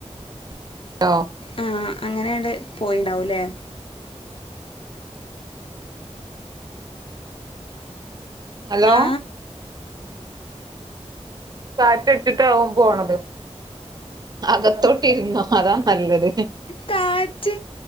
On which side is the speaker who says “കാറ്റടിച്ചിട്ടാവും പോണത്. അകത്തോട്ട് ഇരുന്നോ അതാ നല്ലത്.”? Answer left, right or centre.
Right